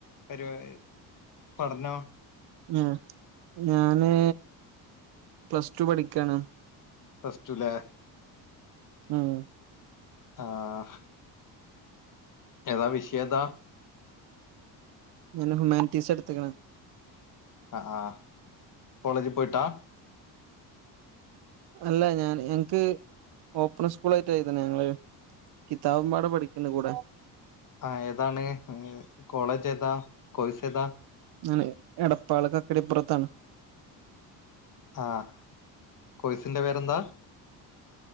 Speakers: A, on the left (about 45°); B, on the right (about 60°).
A: പരിപാ, പഠനോം?
B: ഞാ ഞാന്, പ്ലസ് ടു പഠിക്കാണ്.
A: പ്ലസ് ടു ലേ?
B: ഉം
A: ആഹ് ഏതാ വിഷ് യേതാ?
B: ഞാന് ഹുമാൻറ്റീസാ ഇട്ത്ക്ണ്.
A: അഹ് ആഹ്, കോളേജി പോയിട്ടാ?
B: അല്ല ഞാൻ എൻക്ക്, ഓപ്പൺ സ്കൂളായിട്ട എയ്ത്ണത് ഞങ്ങള് കിതാബും പാടെ പഠിക്ക്ണ്ട് കൂടെ
A: ആഹ് ഏതാണ് കോളേജേതാ, കോഴ്സേതാ?
B: ഞാന് എടപ്പാള് കക്കടിപ്പുറത്താണ്.
A: ആഹ്, കൊഴ്സിന്റെ പേരെന്താ?